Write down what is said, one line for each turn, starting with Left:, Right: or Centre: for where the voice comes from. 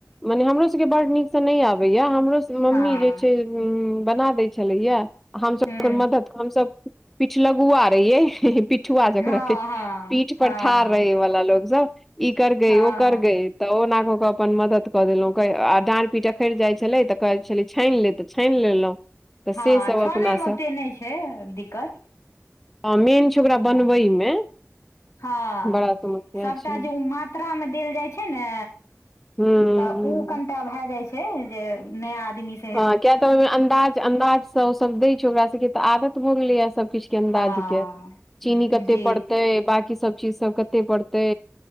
Centre: मने हमरोसभके बड्ड नीकसँ नहि आबैए हमरोसभके मम्मी
Left: हँ
Centre: जे छै बना दै छलैया हमस ओकर
Left: हूँ
Centre: मदद हमस पीठ लगुआ रहियै पी पीठुआ जकरा
Left: हँ
Centre: के
Left: हँ
Centre: पीठ पर
Left: हँ
Centre: ठाड़ रहे वला लोग सब ई कर गइ
Left: हँ
Centre: ओ कर गइ। तऽ ओना क क अपन मदद कऽ देलहुँ आ डाँढ़ पीट अकैर जाइत छलै त कहै छलै छानि ले तऽ छानि लेलहुँ। तऽ
Left: हँ
Centre: से
Left: आ
Centre: सब
Left: छानैमे
Centre: अपना सब
Left: ओते नहि छै दिक्कत।
Centre: ह मेन छै ओकरा
Left: हत
Centre: बनबै मे
Left: हँ।
Centre: बड़ा समस्या
Left: सभटा
Centre: छै
Left: जे उ मात्रामे देल जाइ छै ने
Centre: ह
Left: तऽ उ कनि टा भए जाइ छै जे नया आदमी स
Centre: हँ किया तऽ ओहिमे अन्दाज अन्दाजसँ ओसभ दै छै ओकरा सभके तऽ आदत भऽ गेलैएा सभ सब किछ के अन्दाज
Left: हँ
Centre: के चीनी कते
Left: जी
Centre: पड़तै बाकी सब चीज सब कते पड़तै।